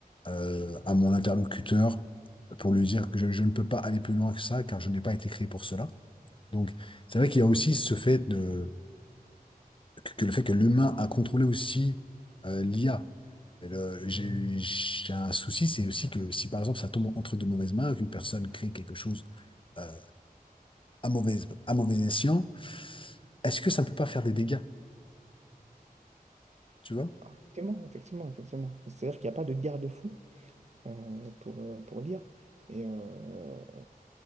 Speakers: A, on the left; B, on the right.
A: euh, à mon interlocuteur pour lui dire que je, je ne peux pas aller plus loin que ça car je n'ai pas été créé pour cela. Donc, c'est vrai qu'il y a aussi ce fait de, que, que le fait que l'humain a contrôlé aussi euh, l'IA. Mais le- J'ai j'ai un souci, c'est aussi que si par exemple ça tombe entre de mauvaises mains, qu'une personne crée quelque chose euh, à mauvais, à mauvais escient, est-ce que ça ne peut pas faire des dégâts, tu vois?
B: Alors, Effectivement, effectivement, effectivement. C'est-à-dire qu'il n'y a pas de garde-fou euh, pour, euh, pour lire. Et euh,